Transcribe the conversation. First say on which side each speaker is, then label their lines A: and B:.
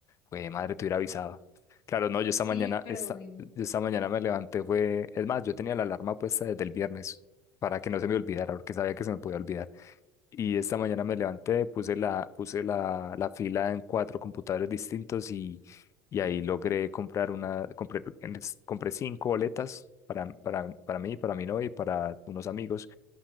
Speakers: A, on the left; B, on the left.
A: Güey, madre, te hubiera avisado. Claro, no, yo esta
B: Sí,
A: mañana,
B: pero
A: esta,
B: eh,
A: yo esta mañana me levanté, fue, es más, yo tenía la alarma puesta desde el viernes para que no se me olvidara, porque sabía que se me podía olvidar. Y esta mañana me levanté, puse la, puse la, la fila en cuatro computadores distintos y, y ahí logré comprar una, compré, en es- compré cinco boletas para, para, para mí, para mi novia y para unos amigos.